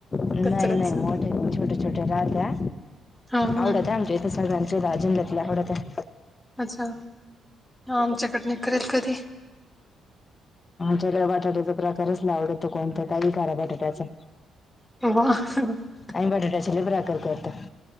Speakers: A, on the left; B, in the centre.
A: नाही
B: कच्च- कच्च.
A: नाही मोठे छोट्या छोट्या राहत्या.
B: हा हा
A: आवडतय आमच्या इथे सगळ्यांचे <unintelligible> आवडतय.
B: अच्छा. आमच्याकड नाही करत कधी.
A: त्याला बटाट्याचा प्रकारच नाही आवडत. कोणतं, काही करा बटाट्याचं.
B: <unintelligible>
A: आम्ही, बटाट्याच्या लय प्रकार करतो.